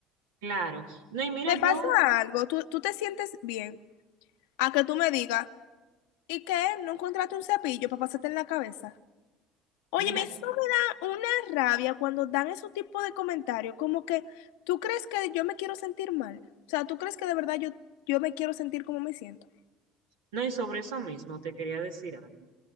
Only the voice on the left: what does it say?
¿Te
pasa algo? ¿Tú, tú te sientes bien? A que tú me digas, ¿y qué? ¿No encontraste un cepillo para pasarte en la cabeza? Oye,
me eso me da una rabia cuando dan esos tipos de comentarios, como que tú crees que yo me quiero sentir mal. O sea, tú crees que de verdad yo, yo me quiero sentir como me siento.